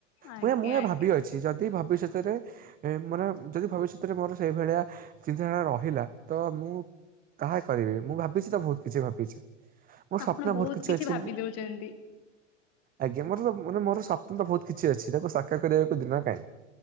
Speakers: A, on the left; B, on the right.
A: ଆଜ୍ଞା
B: ମୁଁ ଏ ମୁଁ ଏ
A: ଆଜ୍ଞା
B: ଭାବିକି ଅଛି, ଯଦି ଭାବିଷ୍ୟତରେ ମାନେ ଯଦି ଭବିଷ୍ୟତରେ ମୋର ସେଇ ଭଳିଆ ଚିନ୍ତାଧାରା ରହିଲା, ତ ମୁଁ ତାହା କରିବି। ମୁଁ ଭାବିଛି ତ ବହୁତ କିଛି ଭାବିଛି, ମୋର ସ୍ୱପ୍ନ
A: ଆପଣ
B: ବହୁତ କିଛି ଅଛି।
A: ଭାବି ଦଉଛନ୍ତି।
B: ଆଜ୍ଞା, ମୋର ତ, ମୋ ମୋର ସ୍ୱପ୍ନ ତ ବହୁତ କିଛି ଅଛି, ତାକୁ ସାକାର କରିବାକୁ ଦିନ କାହିଁ।